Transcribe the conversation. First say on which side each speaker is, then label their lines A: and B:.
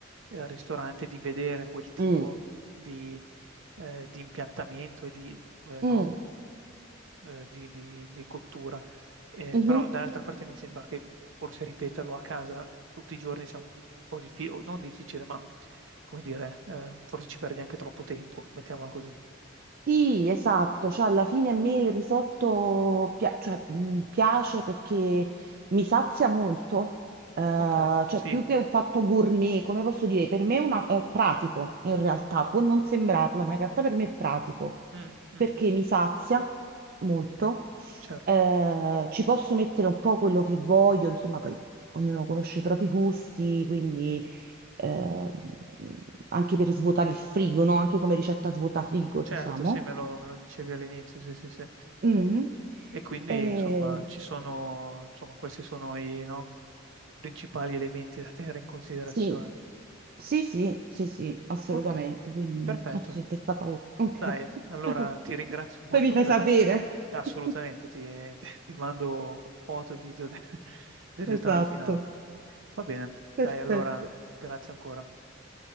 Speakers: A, on the right; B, on the right.
A: eh, al ristorante di vedere quel tipo
B: Mm.
A: di, eh, di impiattamento e di, eh,
B: mm,
A: no, co- eh, di, di- di cottura. Eh,
B: mhm.
A: però dall'altra parte mi sembra che forse ripeterlo a casa tutti i giorni sia un po' difficile, non difficile, ma come dire, eh, forse ci perdi anche troppo tempo, mettiamola così.
B: Sì, esatto, cioè alla fine a me il risotto pia- cioè, mh, piace perché mi sazia molto, eh,
A: Ok,
B: cioè
A: sì,
B: più che un fatto gourmet, come posso dire, per me è, una- è pratico in realtà, può non sembrarlo, ma in realtà per me è pratico,
A: Mm, mm,
B: perché
A: mm,
B: mi sazia molto,
A: certo.
B: eh, ci posso mettere un po' quello che voglio, insomma poi ognuno conosce i propri gusti, quindi eh, anche per svuotare il frigo, no? Anche come ricetta svuota frigo,
A: Certo,
B: diciamo.
A: sì, me lo, me lo dicevi all'inizio, sì, sì, sì.
B: Mm.
A: E quindi,
B: Eh,
A: insomma, ci sono, insomma, questi sono i, no, principali elementi da tenere in considerazione.
B: sì, sì, sì, sì, sì, assolutamente.
A: Ok,
B: Quindi,
A: perfetto.
B: no, tu sei testa paura. Ok.
A: Dai, allora
B: <laughs>
A: ti ringrazio molto
B: Poi mi fai
A: per...
B: sapere.
A: da- Assolutamente,
B: <laughs>
A: ti, <laughs> ti mando foto e video del, del risultato
B: Esatto.
A: finale. Va bene,
B: Perfetto.
A: dai, allora, grazie ancora.